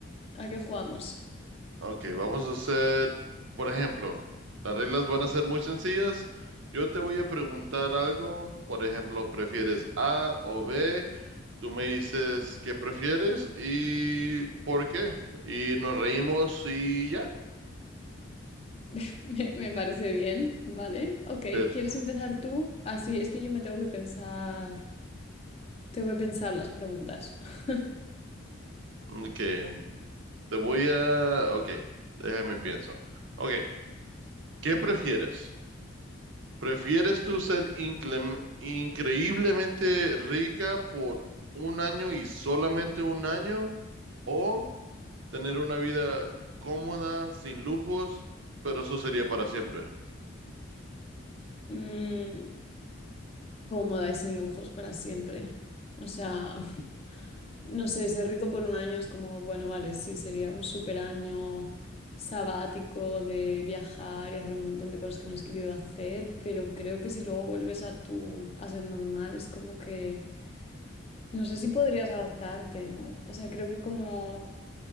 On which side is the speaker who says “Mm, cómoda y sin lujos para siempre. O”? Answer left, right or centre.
Left